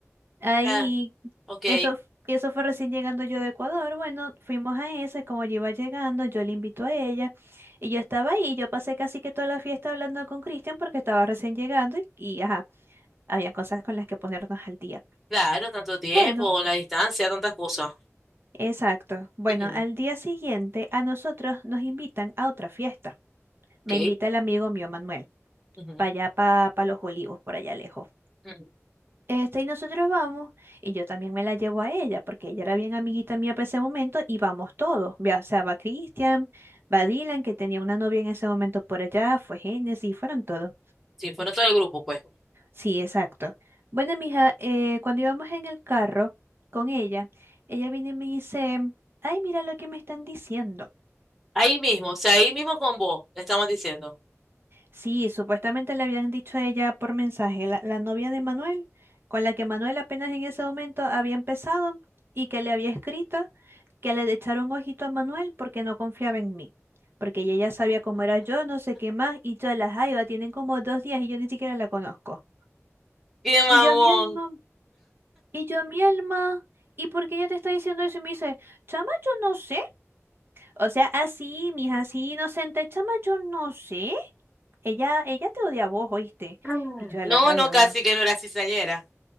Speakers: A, on the right; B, in the centre.
A: Ahí,
B: ya, ok.
A: eso, f- eso fue recién llegando yo de Ecuador. Bueno, fuimos a esa, como yo iba llegando, yo le invito a ella. Y yo estaba ahí, yo pasé casi que toda la fiesta hablando con Cristian porque estaba recién llegando y, y ajá, había cosas con las que ponernos al día.
B: Claro, tanto tiempo,
A: Bueno,
B: la distancia, tantas cosas.
A: exacto. Bueno,
B: Ujú,
A: al día siguiente a nosotros nos invitan a otra fiesta.
B: ok.
A: Me invita el amigo mío Manuel.
B: ujú,
A: para allá, para los olivos, por allá lejos.
B: ujú.
A: Este, y nosotros vamos, y yo también me la llevo a ella, porque ella era bien amiguita mía para ese momento, y vamos todos. Ya, O sea, va Cristian, va Dylan, que tenía una novia en ese momento por allá, fue Génesis, fueron todos.
B: Sí, fueron todo el grupo, pues.
A: Sí, exacto. Bueno, mija, eh, cuando íbamos en el carro con ella, ella viene y me dice, ay, mira lo que me están diciendo.
B: Ahí mismo, o sea, ahí mismo con vos, le estamos diciendo.
A: Sí, supuestamente le habían dicho a ella por mensaje, la, la novia de Manuel, con la que Manuel apenas en ese momento había empezado y que le había escrito que le echara un ojito a Manuel porque no confiaba en mí, porque ella ya sabía cómo era yo, no sé qué más, y todas las jaiba tienen como dos días y yo ni siquiera la conozco.
B: ¡Qué mamón!
A: Y yo mi alma, y yo mi alma, ¿y por qué ella te está diciendo eso? Y me dice, chama, yo no sé. O sea, así, mija, así inocente, chama, yo no sé. Ella, ella te odia a vos, ¿oíste?
B: Ah.
A: Y yo, ala,
B: No,
A: ay,
B: no,
A: ah,
B: casi que no era cizañera.